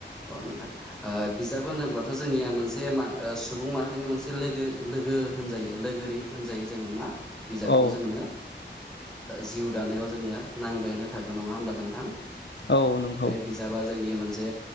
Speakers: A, in the centre; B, on the left.
A: औ नोंथां बिजाब होनोब्लाथ' जोंनिया मोनसे म सुबुं माहारि मोनसे लोगो लोगो होनजायो लोगोरि होनजायो जोङो मा? बिजाबखौ
B: औ
A: जोंनो जिउ दानायाव जोंनो नांबायानो थागोन नङा होमब्ला नोंथां
B: औ नंगौ
A: बिजाबा जोंनि मोनसे